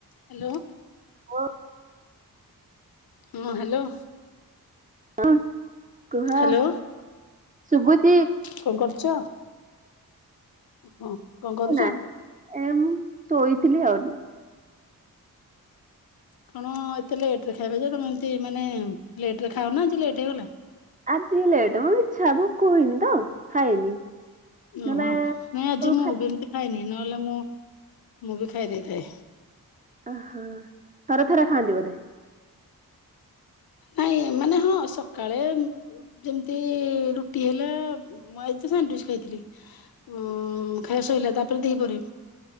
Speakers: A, on the left; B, on the right.
A: Hello.
B: ଓ
A: ହଁ hello.
B: <inaudible> କୁହ,
A: ହ୍ୟାଲୋ
B: ଶୁଭୁଚି?
A: କଣ କରୁଛ? ହଁ କଣ କରୁଚ?
B: ନା ଏ ମୁଁ ଶୋଇଥିଲି ଆଉ।
A: କଣ ଏତେ ଲେଟ ରେ ଖାଇବଯେ ତମେ ଏମତି ମାନେ ଲେଟ ରେ ଖାଇଅନା ଆଜି ଲେଟ୍ ହେଇଗଲା?
B: ଆଜି ଲେଟ୍ ମ ଇଛା ଭୁକ ହେଇନି ତ ଖାଇନି।
A: ଓହୋ
B: ନହେଲେ
A: ନାଇଁ
B: ସବୁ
A: ଆଜି ମୁଁ
B: ଖାଇ
A: ବି ଏମିତି ଖାଇନି। ନହେଲେ ମୁଁ ମୁଁ ବି ଖାଇ ଦେଇଥାଏ।
B: ଅ ହ ଥରେଥରେ ଖାଆନ୍ତିି ବଧେ?
A: ନାଇଁ ମାନେ ହଁ ସକାଳେ ଯେମତି ରୁଟି ହେଲା ମୁ ଆଇ ତ ସାଣ୍ଡୁଇଚ୍ ଖାଇଥିଲି। ଉଁ ଖାଇବା ସଇଲା ତାପରେ ଦିହିପହରେ